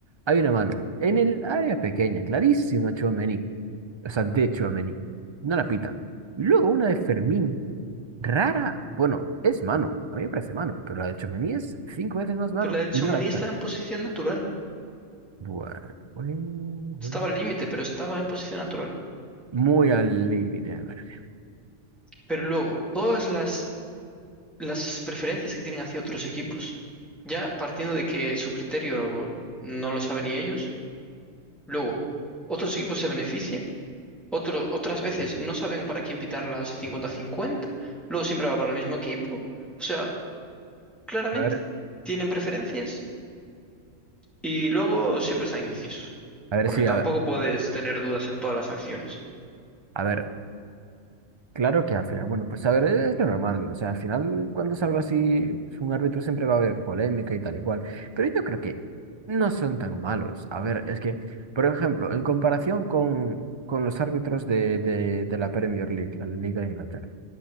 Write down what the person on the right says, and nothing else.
Hay una mano en el área pequeña, clarísima, Tchouaméni. O sea, de Tchouaméni. No la pitan. Luego una de Fermín, rara. Bueno, es mano. A mí me parece mano, pero la de Tchouaméni es cinco veces más mano
y no la pitan.
Bueno, bueno, bueno.
Muy al límite, me parece.
A ver,
a ver
si,
a ver,
a ver, Claro que al final, bueno, pues a ver, e-, es lo normal. O sea, al final, cuando es algo así, pues, un árbitro siempre va a haber polémica y tal y cual. Pero yo creo que no son tan malos. A ver, es que, por ejemplo, en comparación con, con los árbitros de, de, de la Premier League, la Liga de Inglaterra.